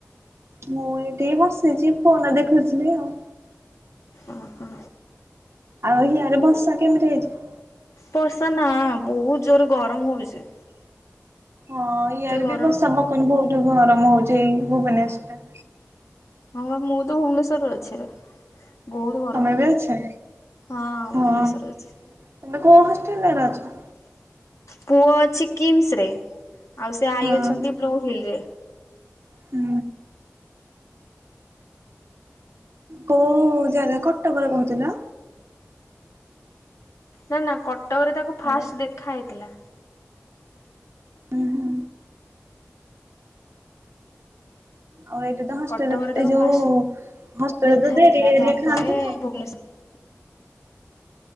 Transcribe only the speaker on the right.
ମୁଁ ଏଠି ବସିଚି ଫୋନ ଦେଖୁିଚି ଆଉ।
ଆଉ ହିଆଡେ ବର୍ଷା କେମିତି ହେଇଚି?
ହଁ ଇୟାରେ
ବି ବର୍ଷା ପବନ ବହୁତ ଗରମ ହଉଚି ଏଇ ଭୁବନେଶ୍ଵର ରେ।
ତମେ ବି ଅଛ
ହଁ ତମେ
କୋଉ ହଷ୍ଟେଲ ର ଅଛ?
ହଁ
ହୁଁ। କୋଉ ଯାଗା କଟକରେ କହୁଥିଲ?
ହ୍ୟାଲୋ
ଉୁଁ ହୁଁ। ଆଉ ଏଇଠି ତ ହଷ୍ଟେଲରେ
ଏଇ ଯୋଉ
ହଷ୍ଟେଲରେ
ତ
ଦେରିରି
ଖାଆନ୍ତି ଆଉ।